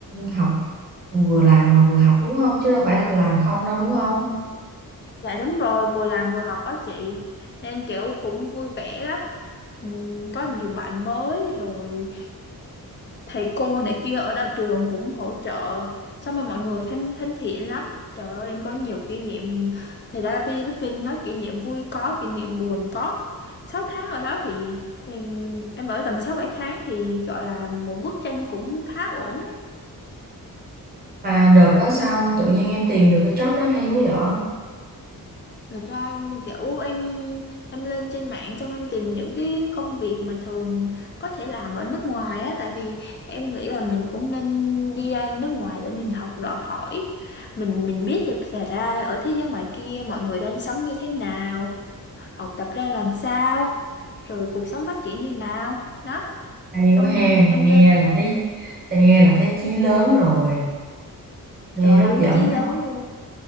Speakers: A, on the right (about 25°); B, on the left (about 35°).
A: học vừa làm mà vừa học đúng không chứ đâu phải là làm không đâu đúng không
B: dạ đúng rồi vừa làm vừa học đó chị nên kiểu cũng vui vẻ lắm Ừm, có nhiều bạn mới rồi thầy cô này kia ở đa trường cũng hỗ trợ xong rồi mọi người thân thân thiện lắm trời ơi em có nhiều kỷ niệm thì ra Philippines nói kỷ niệm vui có kỷ niệm buồn có sáu tháng ở đó thì em, em ở tầm 6 7 tháng thì gọi là một bức tranh cũng khá ổn
A: mà đợt đó sao tự nhiên em tìm được cái job đó hay quá vậy
B: Thật ra như kiểu em em lên trên mạng xong em tìm những cái công việc mà thường có thể làm ở nước ngoài á tại vì em nghĩ là mình cũng nên đi ra nước ngoài để mình học đòi hỏi mình mình biết được xảy ra ở thế giới ngoài kia mọi người đang sống như thế nào học tập ra làm sao rồi cuộc sống phát triển như nào đó
A: hay
B: xong
A: quá ha nghe
B: em lên
A: là thấy
B: ừ.
A: thì nghe là thấy chí lớn rồi nghe
B: trời
A: hấp
B: ơi, đúng
A: dẫn
B: chí lớn
A: đó.
B: luôn